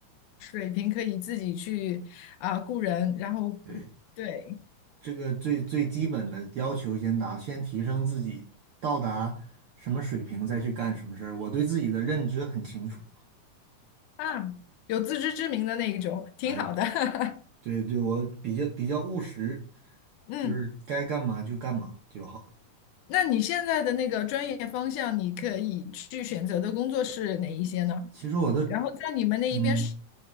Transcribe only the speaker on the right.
对
这个最最基本的要求先达，先提升自己，到达什么水平再去干什么事儿。我对自己的认知很清楚，
哎，
对对，我比较比较务实，
就是该干嘛就干嘛就好了。
其实我的，
嗯，